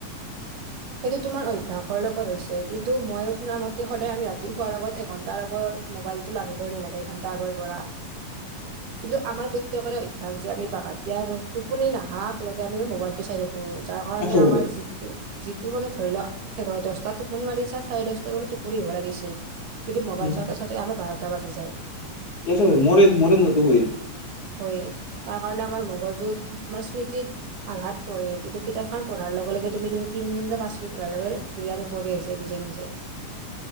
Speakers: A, on the left; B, on the right.
A: <unintelligible>
B: সেইটো তোমাৰ অভ্যাসৰ লগত হৈছে কিন্তু মই শুনা মতে সদায় আমি ৰাতি শোৱাৰ লগত এঘণ্টাৰ আগৰ মোবাইলটো আনিবই নালাগে এঘণ্টা আগৰ পৰা।
A: <unintelligible>
B: কিন্তু আমাৰ প্ৰত্েকৰে অভ্যস যে, আমি বাগ দিয়াৰ টোপনি নাহাকলে আমি মোবাইলটো চাই থকো। যাৰ কাৰণে
A: একেবাৰে
B: আমাৰ যিটো যিটো মানে ধৰি লও এঘাৰ দহটা টোপনি মাৰিছা চাৰে দহটা মানত টোপনি হব লাগিছিল। কিন্তু মোবাইল
A: উম
B: চওঁতে চাওঁতে আমাৰ বাৰটা বাজি যায়।
A: একেবাৰে মৰে মৰে মতো হয় <inaudible>
B: হৈ আছে তাৰ কাৰণে আমাৰ মগজুত আমাৰ স্মৃতিত আঘাত পঢৰে কিন্তু কিতাপ খন পঢ়াৰ লগে লগে তুমি তুমি, তিনি মিনিট বা পাঁচ মিনিট পে ধুনীয়াপৰি আহিছে নিজে নিজে <inaudible>